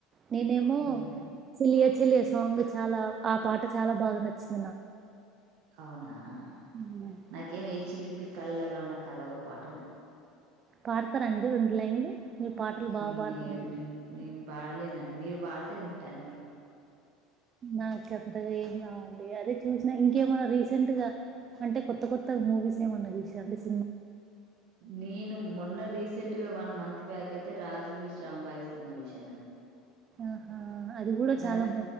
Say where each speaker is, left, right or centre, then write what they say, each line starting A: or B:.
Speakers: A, on the right (about 40°); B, on the right (about 65°).
A: నేనేమో
B: హ్మ్.
A: చెలియా చెలయ సాంగ్ చాలా ఆ పాట చాలా బాగా నచ్చింది నాకు
B: అవునా ఆ
A: హ్మ్.
B: నాకేం ఏ చిలిపి కళ్ళలో నా కలవ పాట నచ్చిందండి
A: పాడుతరా అండి రెండు లైన్లు మీరు పాటలు బాగా
B: నేను
A: పాడుతుంటారు.
B: నేను నేను పాడలేనండి మీరు పాడ తే వింటాను మీరూ బాగా పాడుత
A: నా చెప్ప అంతగా ఏం రావండి అదే చూసినా ఇంకేమన్నా రీసెంట్ గా అంటే కొత్త కొత్త మూవీస్ ఏమన్నా చూసినా అంటే సినిమాలో
B: నేను మొన్న రీసెంట్ గా వన్ మంత్ బ్యాక్ అయితే రాజువీష్ రాంబాయి సినిమా చూసానండి
A: ఆహా! అది గూడా
B: దానికి
A: చాలా